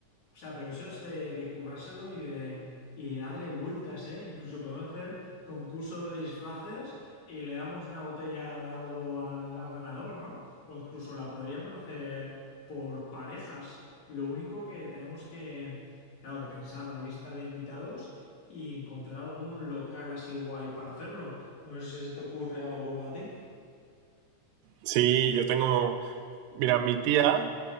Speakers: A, on the left; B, on the right.
A: O sea, pero eso es de, de currárselo y de y darle vueltas, ¿eh? Incluso podemos hacer concurso de disfraces y le damos una botella de algo al, al ganador, ¿no? O incluso la podríamos hacer por parejas. Lo único que tenemos que, claro, que pensar la lista de invitados y encontrar algún local así guay para hacerlo. No sé si se te ocurre alguno a ti.
B: Sí, yo tengo. Mira, mi tía